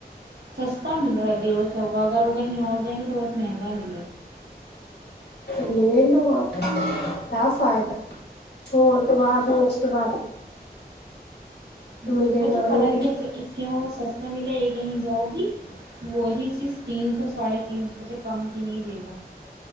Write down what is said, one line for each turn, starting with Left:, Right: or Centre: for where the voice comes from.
Right: سستا مل رہا ڈیڑھ سو کا اگر وہ کہیں اور جائیں گے تو مہنگال
Left: لو اور سا چھوڑ دو بعد میں اس کے بعد
Right: ہ
Left: ملے
Right: میں
Left: نہ
Right: تمہیں
Left: ملے
Right: پتا نہیں کیا اسکیم بت سستا ملا یہ کہیں جاب وہی چیز تین سو ساڑھے تین سو سے کم کی نہیں دے گی